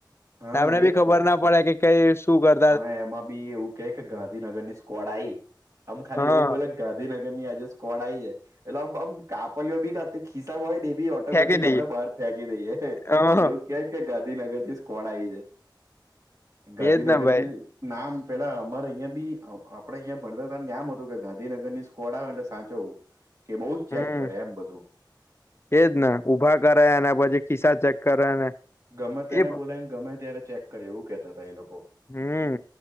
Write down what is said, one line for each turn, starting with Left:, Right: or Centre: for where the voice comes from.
Right: હા
Left: એમને
Right: એજ
Left: બી ખબર
Right: તો
Left: ના પડે કે કઈ શું કર-
Right: અને એમાં બી એવું કે કે ગાંધીનગર ની સ્કવોડ આઈ આમ ખાલી
Left: હા
Right: એવું બોલે ગાંધીનગર ની આજે સ્કોડ આઈ છે એટલે આમ કાપલીઓ બી ખિસ્સા હોય ને એ બી ઓટોમેટિક
Left: ફેંકી દઈએ
Right: આપણેે બહાર ફેંકી દઈએ એવું.
Left: હ
Right: કે કે ગાંધીનગર થી સ્ કોડ આવી છે ગાંધીનગ
Left: એજ ના ભાઈ
Right: નામ પેલા અમારે અહિયાં બી આપડે અહિયાં ભણતરતા નામ હતું કે ગાંધીનગર ની ડાવ એટલે સાચવવું કે બઉુ જ ચેક
Left: હમ
Right: કરે એમ બધું.
Left: એજ ને ઉઊભા કરે અને પછી ખિસ્સા ચેક કરે ને
Right: ગમે તેને
Left: એ
Right: બોલાને ગમે ત્યારે ચેક કરી એવું કેહેતા હતા એ લોકો
Left: હમ